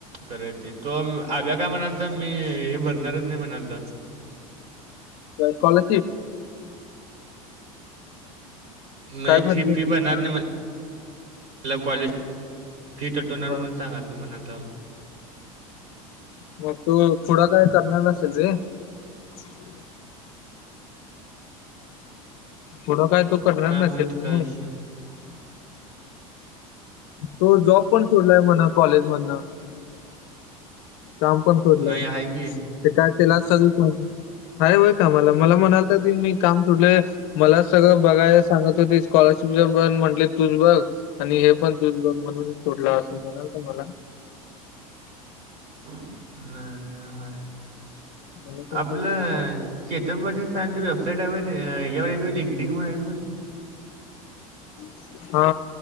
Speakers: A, on the right (about 45°); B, on the left (about 60°).
A: कराय ते तो आगा काय म्हणाला ता मी हे भरणारच नाही म्हणालता
B: काय स्कॉलरशिप?
A: नाही
B: काय
A: फी
B: भरली
A: फी
B: हा,
A: भरणार नाही म्हण ला कॉलेज, फी तटवणार
B: हा,
A: म्हणून
B: हा.
A: सांगाल म्हणाला
B: मग तू पुढ काय करणार नसेल रे. <inaudible> पुढ काय तो करणार
A: काय
B: नसेल
A: माहित
B: म्हणून.
A: काय विषय
B: तो जॉब पण सोडलाय म्हण कॉलेजमधन. काम पण सोडलय.
A: नाही आहे की
B: ते काय त्यालाच सगळी माहिती हाय होय कामाला. मला म्हणालता मी काम सोडल. मला सगळ बघायला सांगत होते. स्कॉलरशिपच पण म्हटले तुच बघ. आणि हे पण तू बघ. म्हणून सोडला असे म्हणाला तो मला.
A: नाही नाही आहे.
B: मला पण
A: आपल,
B: काही एवढं माहित नाही.
A: चेतन पाटील सरांची वेबसाईट आहे वय यावर आहे पाय, लिंक डींक वर आहे पहाय.
B: <inaudible> हा